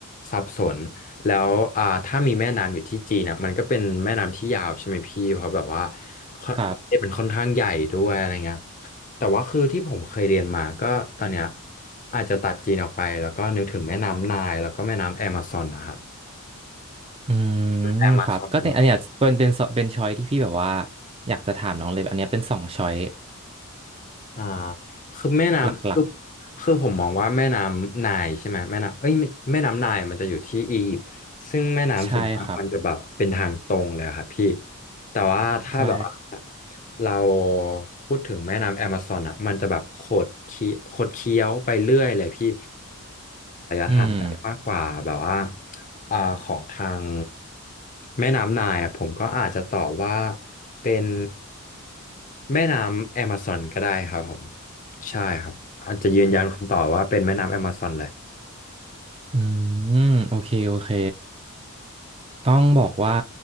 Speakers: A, on the left (about 35°); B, on the right (about 25°).
A: สับสนแล้วอ่าถ้ามีแม่น้ำอยู่ที่จีนอ่ะมันก็เป็นแม่น้ำที่ยาวใช่ไหมพี่เพราะแบบว่าค่อนประเทศมันค่อนข้างใหญ่ด้วยอะไรเงี้ย
B: ครับ
A: แต่ว่าคือที่ผมเคยเรียนมาก็ตอนเนี้ยอาจจะตัดจีนออกไปแล้วก็นึกถึงแม่น้ำไนล์แล้วก็แม่น้ำแอมะซอนนะครับ
B: อืมครับก็เนี่ยอันเนี้ยเป็นเป็นเป็นช้อยที่พี่แบบว่า
A: แอมะซอน
B: อยากจะถามน้องเลยอันเนี้ยเป็นสองช้อย
A: อ่าคือแม่น้ำคือ
B: หลัก
A: คือผมมองว่าแม่น้ำไนล์ใช่ไหมแม่น้ำเอ้ยไม่แม่น้ำไนล์มันจะอยู่ที่อียิปต์ซึ่งแม่น้ำส่วนมากมันจะแบบเป็นทางตรงเลยอะครับพี่
B: ๆใช่ครับ
A: แต่ว่าถ้าแบบว่า
B: ใช่
A: เราพูดถึงแม่น้ำแอมะซอนอ่ะมันจะแบบขดเคี้ยขดเคี้ยวไปเรื่อยเลยพี่
B: อืม
A: ทานได้มากกว่าแบบว่าอ่าของทางแม่น้ำไนายอะผมก็อาจจะตอบว่าเป็นแม่น้ำแอมะซอนก็ได้ครับผมใช่ครับอาจจะยืนยันคำตอบว่าเป็นแม่น้ำแอมะซอนเลย
B: อืมโอเคโอเคต้องบอกว่า